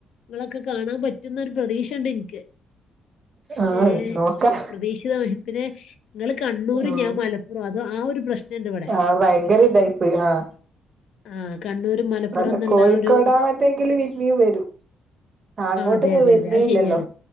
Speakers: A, on the left; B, on the right.
A: ങ്ങളൊക്കെ കാണാൻ പറ്റുന്നൊ ഒരു പ്രതീക്ഷയുണ്ട് നന്ക്ക്.
B: ആഹ്
A: ഉം
B: നോക്കാം
A: അപ്രതീക്ഷിത മ പിന്നെ ങ്ങള് കണ്ണൂരും
B: ഉം
A: ഞാൻ മലപ്പുറം അത് ആ ഒരു പ്രശ്നണ്ട് ഇവി
B: ആ വയങ്കര ഇതായി പോയി ആഹ്.
A: ആഹ് കണ്ണൂരും മലപ്പുറം
B: അല്ല
A: എന്നുള്ള
B: കോഴിക്കോടാവത്തെങ്കില്
A: ആ ഒരു
B: പിന്നിം വരും. ആ അങ്ങോട്ട്
A: അതെ
B: പ്പൊ
A: അതെ
B: വരുന്നേ
A: അതെ അത്
B: ഇല്ലല്ലോ.
A: ശരിയാണ്